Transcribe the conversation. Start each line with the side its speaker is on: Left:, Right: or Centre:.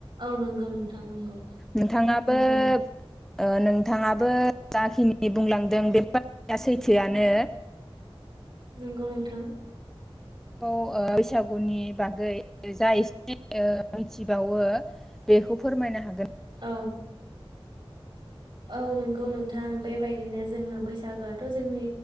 Right: औ नंगौ नोंथां नंगौ
Centre: नोंथाङा बो ओ नोंथाङाबो जाखिनि बुंलांदों बे बाथ्राया सैथोआनो
Right: नोंगौ नोंथां।
Centre: औ‌ ओ बैसागुनि बागै जा एसे मिथिबावो बेखौ फोरमायनो हाग
Right: औ औ नों गौ नोंथां बेबायदिनो जोङो बैसागोआथ' जोंनि